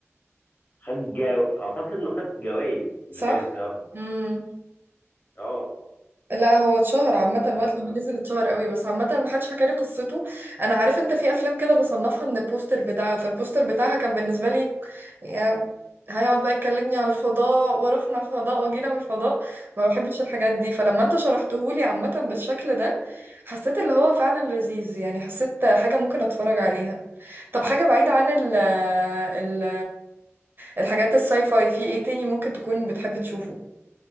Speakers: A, on the left; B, on the right.
A: خد جو... اعتقد انه خد جوائز مش
B: صح
A: جايزة واحدة
B: امم
A: اه
B: لا هو اتشهر عامة
A: آه.
B: وقت لما نزل اتشهر قوي بس عامة محدش حكى لي قصته انا عارف انت في افلام كده بصنفها من البوستر بتاعها فالبوستر بتاعها كان بالنسبة لي يا هيقعد بقى يكلمني على الفضاء ورحنا الفضاء وجينا من الفضاء ما بحبش الحاجات دي فلما انت شرحتهولي عامة بالشكل ده حسيت اللي هو فعلا لذيذ يعني حسيت حاجة ممكن اتفرج عليها طب حاجة بعيدة عن ال ال الحاجات الساي فاي في ايه تاني ممكن تكون بتحب تشوفه